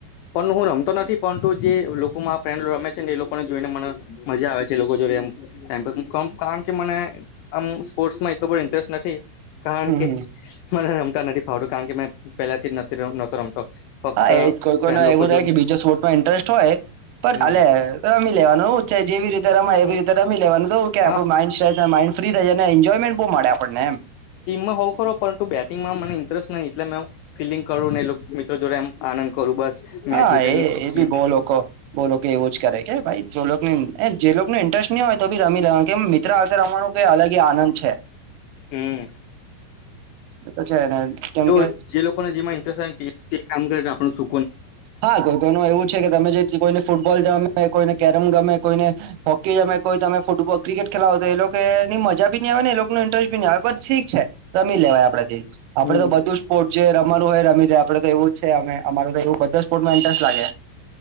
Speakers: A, on the left; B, on the right.
A: પણ હું રમતો નથી પરંતુ જે લોકોમાં ફ્રેન્ડ રમે છે ને એ લોકોને જોઈને મને મજા આવે છે એ લોકો જોડે એ ટમ ક કારણ કે મને આમ સ્પોર્ટ્સ માં એટલો બધ ઇન્ટરેસ્ટ નથી. કારણ
B: હમ
A: કે
B: હમ
A: મને રમતા નથી ફાવતું કારણ કે મેં પહેલાથી જ નથીતો રમતો ફક્ત
B: હા એ કોઈ
A: ફ્રેન્ડ
B: કોઈને
A: લોકો
B: એવું
A: જો
B: રહેે કે બીજા સ્પોર્ટમાં ઇન્ટરેસ્ટ હોય
A: હમ
B: હાલે રમી લેવાનું છે જેવી રીતે રમાય
A: હમ
B: એવી રીતે રમી લેવાનું તો કે
A: હા
B: આપડું માઇન્ડ માઇડ ફ્રી થાય ને એન્જોયમેન્ટ બહુ મળે આપણને એમ
A: ટીમમાં હોઉું ખરો પરંતુ બેટિંગમાં મને ઇન્ટરેસ્ટ નહીં એટલે મે ફિલિંગ કરું ને મિત્રો જોડે એમ આનંદ કરવું બસ મેચ
B: હા
A: જીતની
B: એ
A: ખુશી
B: એ બી બહ લોકો બોલો કે એવું જ કરે કે ભાઈ જોને જે ઇન્ટરેસ્ટ નહી હોય તો બી રમી લેવા મિતત રમાવાનું કઈ અલગ એ આનંદ છે.
A: હમ
B: એ તો છે ને કેમ
A: તો
B: કે
A: જે લોકોને જેમાં ઇન્ટરેસ્ટ આવે ને તે કામ કરે આપ સુ
B: હા કોઈ તો એનું એવું છે કે તમે જે કોઈને ફૂટબોલ જમે કોઈને કેરમ ગમે કોઈને હોકી જમે કોઈ તમે ફૂટબો ક્રિકેટ ખેલાવો તો એ લોકો ની મજા બી ન આવે ને એ લોકોનું ઇન્ટરેસ્ટ ઠીક છે રમી લેવાય આપેથી આપડે
A: હમ
B: તો બધું. જે રમાનું હોય રીાય આપડે તો એવું જ છે અમારે તો એું બધા સ્પોર્ટમાં ઇન્ટરેસ્ટ લાગે